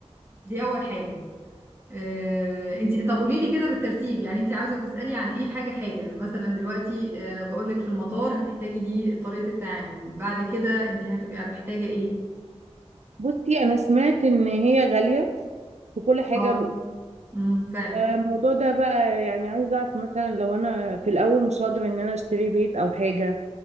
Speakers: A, on the right (about 20°); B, on the right (about 85°).
A: دي اول حاجه آه، انت طب قولي لي كده بالترتيب يعني انت عاوزه تسالي عن ايه حاجه حاجه مثلا دلوقتي آه، انا بقول لك في المطار هتحتاجي دي طريقه التعامل بعد كده انت هتبقي محتاجه ايه
B: بصي انا سمعت ان هي غالية في كل حاجة
A: اه امم فعلا
B: الموضوع ده بقى يعني عايزة اعرف مثلا لو انا في الاول مش هقدر ان انا اشتري بيت او حاجة